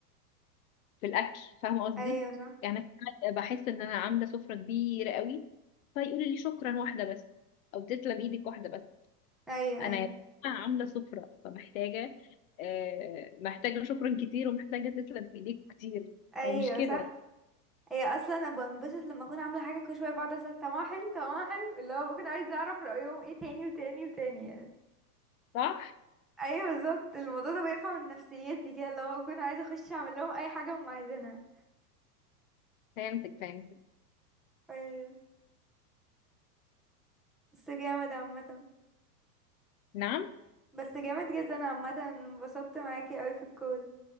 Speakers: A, on the left; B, in the centre.
A: في الاكل فاهمه قصدي
B: ايوه صح
A: يعني أنا ساعات بحس ان انا عامله سفره كبيره قوي فيقولوا لي شكرا واحده بس او تسلم ايدك واحده بس
B: ايوه
A: انا
B: ايوه
A: يا جماعة عامله سفره فمحتاجه آه، محتاجه شكرا كتير ومحتاجه تسلم ايديك كتير
B: ايوه
A: فمش كده
B: صح هي اصلا انا بنبسط لما اكون عامله حاجه كل شويه بقعد اسال طعمها حلو طعمها حلو اللي هو بكون عايزه اعرف رايهم ايه تاني وتاني وتاني يعني
A: صح
B: ايوه بالظبط الموضوع ده بيرفع من نفسيتي كده اللي هو بكون عايزه اخش اعمل لهم اي حاجه هم عايزينها
A: فهمتك فهمتك
B: ايوه بس جامد عامه
A: نعم
B: بس جامد جدا عامه انبسطت معاكي قوي في الكول